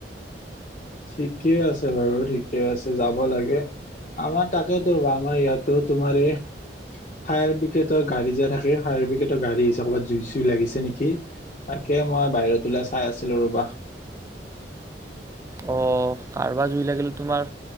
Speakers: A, on the left (about 40°); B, on the right (about 15°).
A: ঠিকে আছে বাৰু ঠিকে আছে যাব লাগে আমাৰ তাকেইেতোব আমাৰ ইয়াতো তোমাৰ এই ফায়াৰ ব্ৰিগেডৰ গাড়ী যে থে ফায়াৰ ব্ৰগেড গাড়ী ক'ৰবাত জুইুই লাগিছে নেকি। তাকে মই বাহিৰত ওলাই চাই আছিলো ৰবা।
B: অ' কাৰোবাৰ জুই লাগিলে তোমাৰ